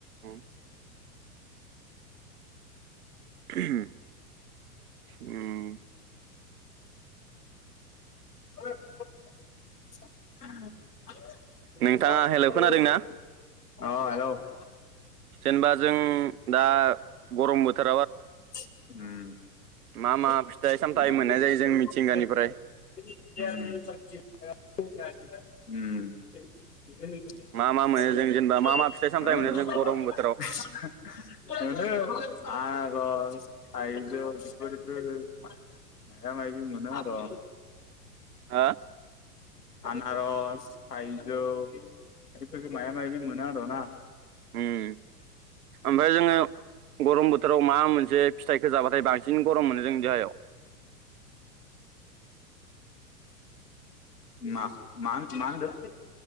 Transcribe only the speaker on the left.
<unintelligible>
औ हेलौ, <inaudible>
उम
उम।
उम। <unintelligible>
ओहो
<unintelligible> आनारस, थायजौ बेफोरखौ माइबा मायबि मोनो आरो
आनारस, थाइजौ बेफोरफोरखौ मायबा मायबि मोनो आरोना।
मा मा मा होनदों?